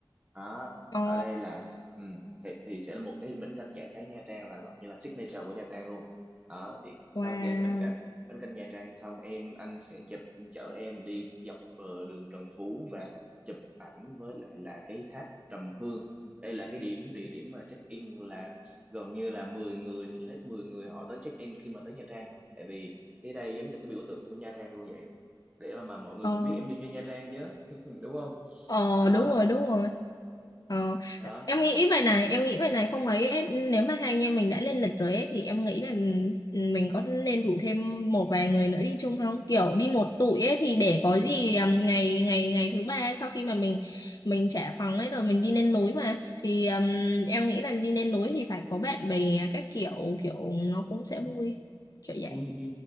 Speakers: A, on the right; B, on the left.
A: đó,
B: ồ
A: ở đây là ừ, thì, thì sẽ là một cái bánh canh chả cá Nha Trang là gọi như là signature của Nha Trang luôn. Đó, thì sau
B: wow
A: khi ăn bánh canh bánh canh Nha Trang xong em anh sẽ chụp chở em đi dọc ờ, đường Trần Phú và chụp ảnh với lại là cái tháp Trầm Hương. Đây là cái điểm địa điểm mà check in là gần như là 10 người thì hết 10 người họ tới check in khi mà tới Nha Trang. Tại vì cái đây giống như là cái biểu tượng của Nha Trang luôn vậy. Để mà, mà mọi người
B: Ờ,
A: cũng biết em đi chơi Nha Trang chứ, <laughs> đúng không?
B: Ờ
A: Đó
B: đúng rồi đúng rồi ờ,
A: đó
B: em nghĩ vậy này em nghĩ vậy này không ấy ấy, nếu mà hai anh em mình đã lên lịch rồi ấy, thì em nghĩ là ừ, mình có nên rủ thêm một vài người nữa đi chung không kiểu đi một tụi ấy thì để có gì um, ngày ngày ngày thứ ba sau khi mà mình mình trả phòng ấy rồi mình đi lên núi mà thì um, em nghĩ là đi lên núi thì phải có bạn bè các kiểu kiểu nó cũng sẽ vui kiểu vậy
A: ừ ừ